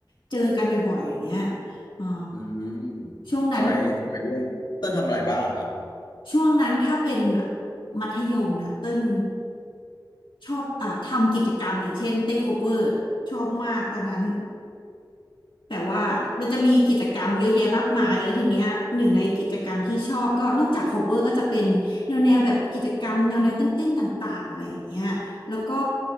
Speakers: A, on the left (about 85°); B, on the left (about 60°).
A: เจอกันบ่อยๆอย่างเงี้ยอ่อ
B: อืม
A: ช่วงนั้น
B: สมัยสมัยเรียนเติ้ลทำอะไรบ้างครับ
A: ช่วงนั้นถ้าเป็นมัธยมนะเต้นชอบอ่ะทำกิจกรรมอย่างเช่นเต้นโคเวอร์ชอบมากตอนนั้น แต่ว่ามันจะมีกิจกรรมเยอะแยะมากมายแล้วทีเนี้ยหนึ่งในกิจกรรมที่ชอบก็นอกจาก cover ก็จะเป็นแนวแนวแบบกิจกรรมแนวแนวเต้นๆต่างๆอะไรอย่างเงี้ยแล้วก็